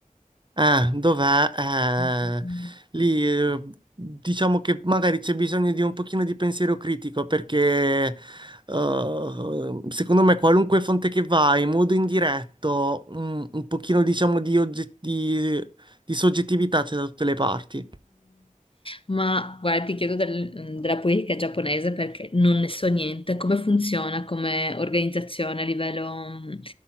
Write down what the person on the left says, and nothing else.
Mm,
ma guarda, ti chiedo del- della politica giapponese perché non ne so niente. Come funziona come organizzazione a livello mm,